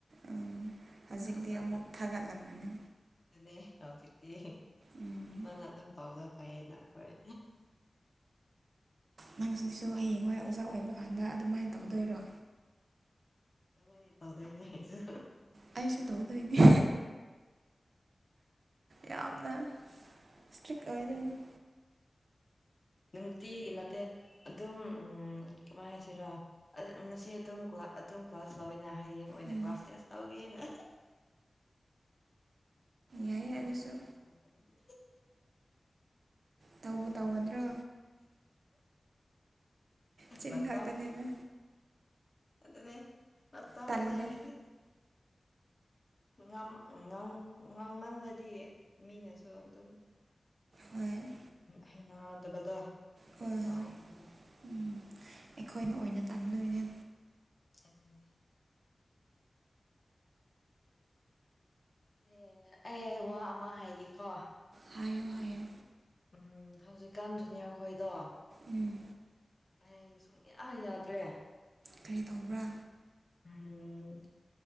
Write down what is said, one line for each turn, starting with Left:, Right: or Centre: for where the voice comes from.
Right: ꯎꯝ ꯍꯧꯖꯤꯛꯇꯤ
Left: ꯑꯁ ꯑꯗꯨ
Right: ꯑꯃꯨꯛ ꯊꯥꯒꯠꯂꯝꯒꯅꯤ
Left: ꯑꯗꯨꯅꯦ ꯍꯧꯖꯤꯀꯤ
Right: ꯎꯝ
Left: ꯃꯥꯅ ꯑꯗꯨꯝ ꯇꯧꯕꯗ ꯐꯩꯌꯦꯅ ꯑꯩꯈꯣꯏ
Right: ꯅꯪꯁꯤꯁꯨ ꯍꯌꯦꯡꯋꯥꯏ ꯑꯣꯖꯥ ꯑꯣꯏꯕ ꯀꯥꯟꯗ ꯑꯗꯨꯃꯥꯏꯅ ꯇꯧꯗꯣꯏꯔꯣ
Left: ꯃꯥꯏ ꯇꯧꯗꯅꯤ ꯍꯥꯏꯁꯨ
Right: ꯑꯩꯁꯨ ꯇꯧꯗꯣꯏꯅꯤ ꯌꯥꯝꯅ ꯏꯁꯇ꯭ꯔꯤꯛ ꯑꯣꯏꯗ꯭ꯣꯏꯅꯦ
Left: ꯅꯨꯡꯇꯤꯒꯤ ꯅꯠꯇꯦ ꯑꯗꯨꯝ ꯎꯝ ꯀꯃꯥꯏ ꯍꯥꯏꯁꯤꯔꯥ ꯉꯁꯤ ꯑꯗꯨꯝ ꯑꯗꯨꯝ ꯀ꯭ꯂꯥꯁ ꯂꯧꯏꯅ ꯍꯌꯦꯡ ꯑꯣꯏꯅ
Right: ꯎꯝ
Left: ꯀ꯭ꯂꯥꯁ ꯇꯦꯛꯁ ꯇꯧꯒꯦꯅ
Right: ꯌꯥꯏꯌꯦ
Left: ꯀꯊꯒꯤ
Right: ꯑꯗꯨꯁꯨ
Left: ꯁꯋꯥꯒꯅꯤꯅꯤ
Right: ꯇꯧꯕ ꯇꯧꯒꯗ꯭ꯔꯣ ꯆꯤꯟ
Left: ꯃꯥꯇꯝ
Right: ꯈꯛꯇꯅꯤꯅ
Left: ꯑꯗꯨꯗꯅꯦ ꯃꯠꯇꯝ
Right: ꯇꯜꯂꯦ
Left: ꯂꯏꯔꯗꯤ ꯫ ꯉꯝ ꯉꯥꯝꯃꯜꯂꯗꯤ ꯃꯤꯅꯁꯨ ꯑꯗꯨꯝ
Right: ꯍꯣꯏ
Left: ꯍꯩꯅꯗꯕꯗ
Right: ꯍꯣꯏ
Left: ꯑꯗꯨꯝ ꯇꯥꯎꯋꯅꯤꯅ
Right: ꯍꯣꯏ ꯎꯝ ꯑꯩꯈꯣꯏꯅ ꯑꯣꯏꯅ ꯇꯥꯟꯗꯣꯏꯅꯦ
Left: ꯑꯗꯨꯅꯅꯦ ꯑꯦ ꯑꯩ ꯋꯥ ꯑꯃ ꯍꯥꯏꯒꯦꯀꯣ꯫
Right: ꯍꯥꯏꯌꯣ ꯍꯥꯏꯌꯣ
Left: ꯎꯝ ꯍꯧꯖꯤꯛꯀꯥꯟ ꯖꯨꯅꯤꯌꯔꯈꯣꯏꯗꯣ
Right: ꯎꯝ
Left: ꯑꯩ ꯁꯨꯡꯌꯥ ꯌꯥꯗ꯭ꯔꯦ꯫
Right: ꯀꯩ ꯇꯧꯕ꯭ꯔꯥ
Left: ꯎꯝ